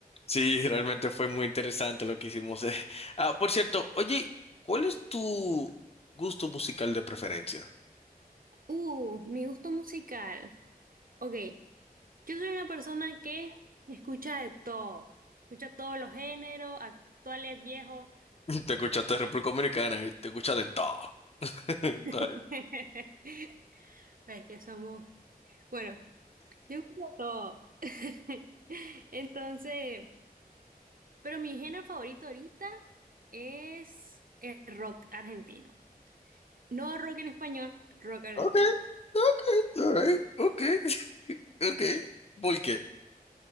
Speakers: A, on the left; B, on the right.
A: Sí, realmente fue muy interesante lo que hicimos. eh. <laughs> Ah, por cierto, oye, ¿cuál es tu gusto musical de preferencia?
B: Uh, mi gusto musical. Ok, yo soy una persona que escucha de todo. Escucha todos los géneros, actuales, viejos.
A: <laughs> Te escuchaste de República
B: Eh,
A: Dominicana y te escuchas de todo. <laughs> Dale.
B: <laughs> Ves que somos. Bueno, yo escucho de todo. <laughs> Entonces, pero mi género favorito ahorita es el rock argentino. No rock en español, rock argentino.
A: Ok, ok, all right, ok, ok. ¿Por qué?